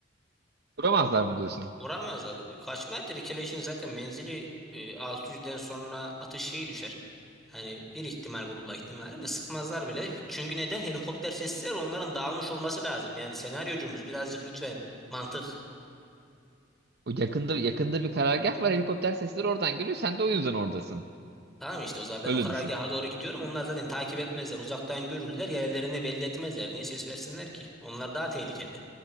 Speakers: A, on the right (about 55°); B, in the centre.
A: Duramazlar mı diyorsun?
B: Vuramazlar. Kaçma ettir. Keleşin zaten menzili e, 600'den sonra atış şeyi düşer. Hani bir ihtimal vurulma ihtimali de sıkmazlar bile. Çünkü neden? Helikopter sesler onların dağılmış olması lazım. Yani senaryocumuz birazcık lütfen mantık.
A: O yakında yakında bir karargah var helikopter sesleri oradan geliyor. Sen de o yüzden oradasın.
B: Tamam işte o zaman ben
A: Öyle
B: o karargaha
A: düşün.
B: doğru gidiyorum. Onlar zaten takip etmezler. Uzaktan görürler. Yerlerinde belli etmezler. Niye ses versinler ki? Onlar daha tehlikede.